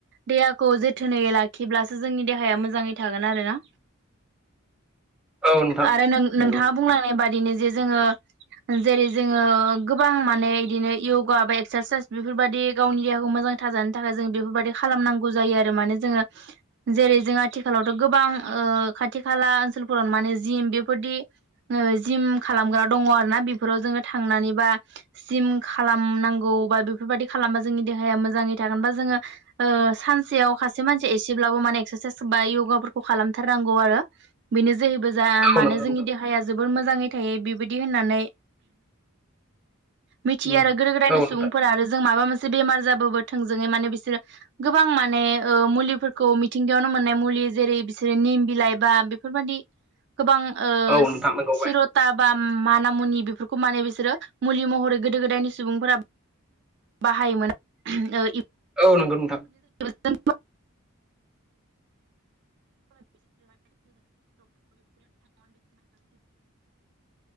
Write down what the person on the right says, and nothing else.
देहाखौ जोथोनै लाखिब्लासो जोंनि देहाया मोजाङै थागोन आरो ना
आरो नों
नोंथाङा बुंलांनाय बादिनो जे जोङो जेरै जोङो गोबां माने बिदिनो यगा बा एक्सारसाइस बेफोरबादि गावनि देहाखौ मोजां थाजानो थाखाय जों बेफोरबादि खालामनांगौ जायो आरो माने जोङो जे जेरै जों आथिखालावथ' गोबां ओ खाथि खाला ओनसोलफोराव माने जिम बेफोरदि जिम खालामग्रा दङ आरोना बेफोराव जोङो थांनानै बा जिम खालामनांगौ बा बे बेफोरबादि खालामबा जोंनि देहाया मोजाङै थागोन बा जोङो ओ सानसेयाव खासे मानसिया एसेब्लाबो माने एक्सार सायस बा योगाफोरखौ खालामथारनांगौ आरो बेनो जोहैबो जा
मानो
जोंनि
देहाया जोबोर मोजाङै थायो बेबायदि होननानै मिथियो
आरो गोदो गोदायनि
सुबुंफोरा आरो जों माबा मोनसे बेमार जाबाबो थोंजोङै माने बिसोरो गोबां माने ओ मुलिफोरखौ मिथिंगायावनो मोननाय मुलि जेरै बिसोरो निम बिलाइ बा बेफोरबादि गोबां ओ
सिर'था बा माना मुनि बेफोरखौ माने बिसोरो मुलि महरै गोदो गोदायनि सुबुंफोरा बाहायोमोन ओ इप
<inaudible> <inaudible> <inaudible> <inaudible>